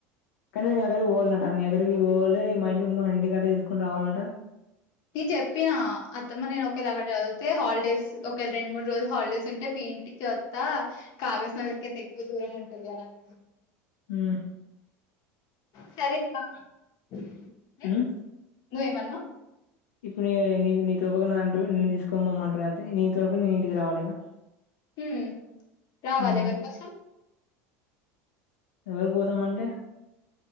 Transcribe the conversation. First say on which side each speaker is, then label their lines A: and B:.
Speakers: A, on the left; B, on the left.
A: కానీ నీ దగ్గరకి పోవాలట నీగ్గరకి పోవాలి మా ఇంటి మా ఇంటి గట్టే తీసుకుని రావాలంట
B: నేను చెప్పిన అత్తమ్మ నేను ఒకవేళ అక్కడ చదివితే హాలిడేస్ ఒకేళ రెండు మూడు డు హాలిడేస్ ఉంటే మీ ఇంటికి వత్తా కాగజ్ నగర్ క అయితే ఎక్కువ దూరం ఉంటది అని అన్న
A: మ్మ్
B: సరే <unintelligible> మ్మ్
A: హ్మ్
B: నువ్వేమన్నావ్
A: ఇప్పుడు ఏ నీ నీతో నన్నను తీసుకోమమ్మంటారు అంతే నీ నేను ఇంటికి రావాలి ఇగ
B: హ్మ్ రావాలే
A: హ్మ్
B: ఏవరికోసం
A: ఎవరి కోసం అంటే